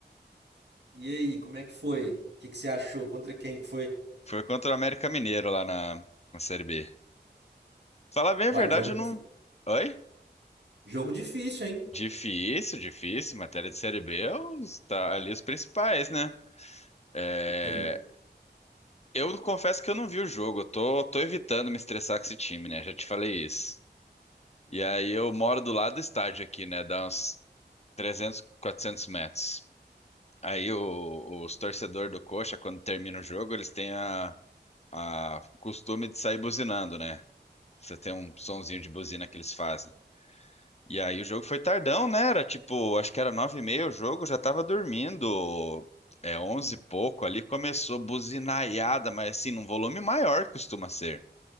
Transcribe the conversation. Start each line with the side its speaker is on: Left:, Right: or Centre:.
Right: E aí, como é que foi? O que que você achou? Contra quem que foi?
Left: Foi contra o América Mineiro lá na, na Série B. Falar bem a
Right: Uai,
Left: verdade,
Right: jogo
Left: eu
Right: difícil.
Left: não. Oi?
Right: Jogo difícil, hein?
Left: Difícil, difícil. Matéria de Série B, é os- tá ali os principais, né? É,
Right: Sim.
Left: Eu confesso que eu não vi o jogo. Eu tô, tô evitando me estressar com esse time, né? Já te falei isso. E aí eu moro do lado do estádio aqui, né? Dá uns 300, 400 metros. Aí o- os torcedores do Coxa, quando termina o jogo, eles têm a, a o costume de sair buzinando, né? Você tem um sonzinho de buzina que eles fazem. E aí o jogo foi tardão, né? Era tipo, acho que era nove e meia o jogo, já tava dormindo. É onze e pouco ali, começou buzinaiada, mas assim, num volume maior que costuma ser.